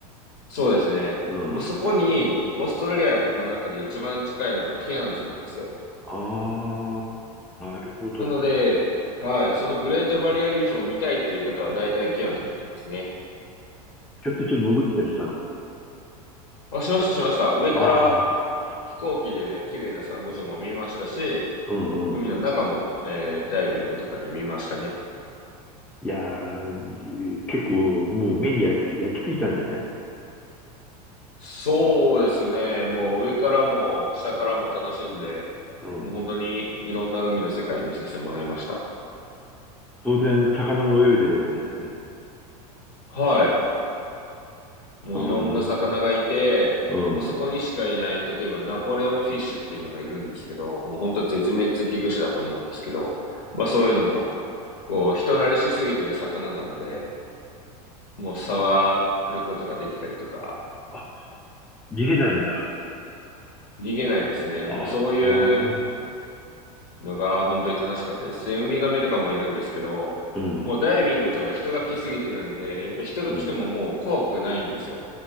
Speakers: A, on the left; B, in the centre.
A: そうですね。
B: うん。
A: もうそこに、オーストラリアの中で一番近いのがケアンズなんですよ。
B: ああ、なるほど。
A: なので、はい、そのグレートバリアリーフを見たいっていう方は大体ケアンズに行きますね。
B: ちょっとちょっと潜ったりしたの。
A: あ、しました、しました。上から
B: ああ、
A: 飛行機で綺麗なサンゴ礁も見ましたし、
B: うんうん。
A: 海の中も、えーダイビングとかで見ましたね。
B: いやー、結構もう目に焼きつ、焼き付いたんじゃない
A: そうですね。もう上からも下からも楽しんで、
B: うん。
A: もう本当にいろんな海の世界見させてもらいました。
B: 当然、魚も泳いでるわけだよね。
A: はい。もういろんな魚がいて、
B: ああ、うん。
A: もうそこにしかいない、例えばナポレオンフィッシュっていうのがいるんですけど、もう本当絶滅危惧種だと思うんですけど、まあそういうのも、こう人慣れしすぎてる魚なんで、もう触ることができたりとか、
B: あ、逃げないんだ。
A: 逃げないですね。
B: ああ、
A: もうそういうのが本当に楽しかったですね。ウミガメとかもいるんですけど、
B: うん、
A: もうダイビングとか人が来すぎてるんで、やっぱ人が来てももう怖くないんですよ。
B: うん。